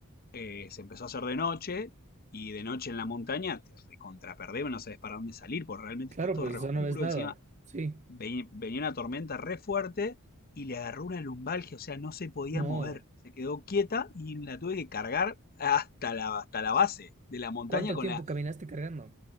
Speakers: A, on the left (about 45°); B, on the right (about 35°).
A: eh, se empezó a hacer de noche y de noche en la montaña te recontraperdés, no sabes para dónde salir, porque realmente
B: Claro,
A: está todo
B: pues
A: re
B: eso
A: oscuro.
B: no ves nada.
A: Encima
B: Sí.
A: venía una tormenta re fuerte y le agarró una lumbalgia, o sea, no se podía
B: No.
A: mover. Se quedó quieta y la tuve que cargar hasta la, hasta la base de la montaña
B: ¿Cuánto
A: con
B: tiempo
A: la,
B: caminaste cargando?